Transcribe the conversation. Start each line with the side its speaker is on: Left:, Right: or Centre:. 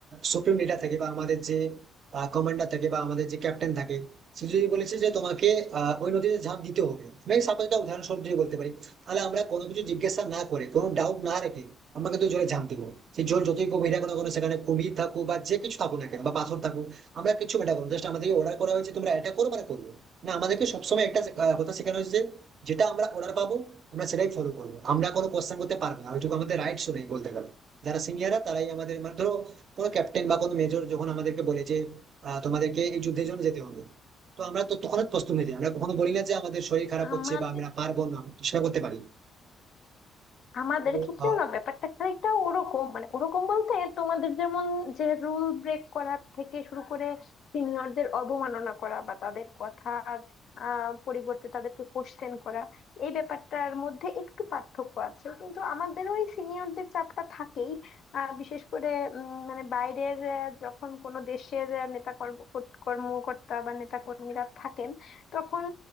Right: সুপ্রিম লিডার থাকে বা আমাদের যে কমান্ডার থাকে বা আমাদের যে ক্যাপ্টেন থাকে সে যদি বলেছে যে তোমাকে আহ, ওই নদীতে ঝাঁপ দিতে হবে মানে সাপোজ একটা উদাহরণস্বরূপ যদি বলতে পারি তাহলে আমরা কোনো কিছু জিজ্ঞাসা না করে কোনো ডাউট না রেখে আমরা কিন্তু জলে ঝাঁপ দিব সেই জল যতই গভীর থাকুক না কোনো সেখানে কুমির থাকুক বা যে কিছু থাকুক না কেন বা পাথর থাকুক আমরা কিছু এটা করবো জাস্ট আমাদেরকে অর্ডার করা হয়েছে তোমরা এটা করো মানে করবো না আমাদেরকে সবসময় একটা আহ, কথা শেখানো হয়েছে যে যেটা আমরা অর্ডার পাবো আমরা সেটাই ফলো করবো আমরা কোনো কোশ্চেন করতে পারবো না ওইটুকু আমাদের রাইটস নেই বলতে গেলে যারা সিনিয়ররা তারাই আমাদের মানে ধরো কোনো ক্যাপ্টেন বা কোনো মেজর যখন আমাদেরকে বলে যে আহ, তোমাদেরকে এই যুদ্ধের জন্য যেতে হবে তো আমরা তো তখন প্রস্তুত নিয়ে যাই আমরা কখনো বলি না যে আমাদের শরীর খারাপ
Left: আমাদের
Right: হচ্ছে বা আমরা পারবো না সেটা করতে পারি
Left: আমাদের
Right: তো
Left: ক্ষেত্রেও
Right: আহ,
Left: না ব্যাপারটা খানিকটা ওরকম মানে ওরকম বলতে তোমাদের যেমন যে রুল ব্রেক করা থেকে শুরু করে সিনিয়রদের অবমাননা করা বা তাদের কথার আহ, পরিবর্তে তাদেরকে কোশ্চেন করা এই ব্যাপারটার মধ্যে একটু পার্থক্য আছে কিন্তু আমাদের ওই সিনিয়রদের চাপটা থাকেই আহ, বিশেষ করে উম, মানে বাইরের আহ, যখন কোনো দেশের আহ, নেতা কর্ম কর্ত- কর্মকর্তা বা নেতা কর্মীরা থাকেন তখন